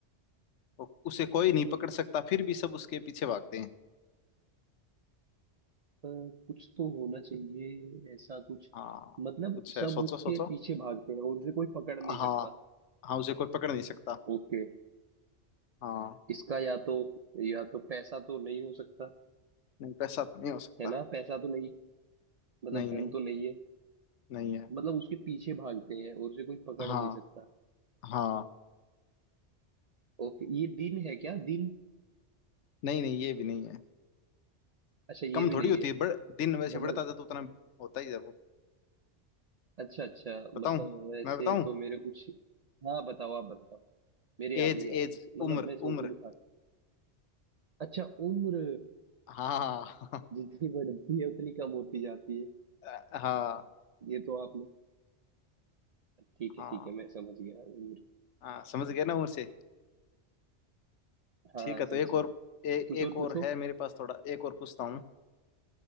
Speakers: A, on the left; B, on the right.
A: उ- उसे कोई नहीं पकड़ सकता फिर भी सब उसके पीछे भागते हैं
B: अ, कुछ तो होना चाहिए ऐसा कुछ
A: हाँ
B: मतलब
A: कुछ है
B: सब
A: सोचो
B: उसके
A: सोचो
B: पीछे भागते हैं और उसे कोई पकड़ नहीं
A: हाँ
B: सकता
A: हाँ उसे कोई पकड़ नहीं सकता
B: ओके
A: हाँ
B: इसका या तो या तो पैसा तो नहीं हो सकता
A: नहीं पैसा तो नहीं हो सकता
B: है ना पैसा तो नहीं मतलब
A: नहीं
B: धन
A: नहीं
B: तो नहीं है
A: नहीं है
B: मतलब उसके पीछे भागते हैं और उसे कोई पकड़
A: हाँ
B: नहीं सकता
A: हाँ
B: ओके ये दिन है क्या दिन
A: नहीं नहीं ये भी नहीं है
B: अच्छा ये
A: कम
B: भी
A: थोड़ी
B: नहीं
A: होती
B: है
A: है बढ़ दिन वैसे
B: मतलब
A: बढ़ता जाता तो उतना होता ही है वो
B: अच्छा अच्छा मतलब
A: बताऊं
B: वैसे
A: मैं बताऊं
B: तो मेरे कुछ हाँ बताओ आप बताओ मेरे याद
A: As
B: नहीं आ रहा
A: as
B: मतलब
A: उम्र
B: मैं सोच
A: उम्र
B: ही नहीं पा रहा अच्छा उम्र
A: हाँ <laughs>
B: जितनी बढ़ती है उतनी कम होती जाती है
A: हाँ हाँ
B: ये तो आपने ठीक
A: हाँ
B: है ठीक है मैं समझ गया उम्र
A: हाँ, समझ गया ना उम्र से
B: हाँ
A: ठीक है
B: समझ
A: तो एक
B: गया
A: और ए,
B: कुछ
A: एक
B: और
A: और
B: पूछो
A: है मेरे पास थोड़ा एक और पूछता हूँ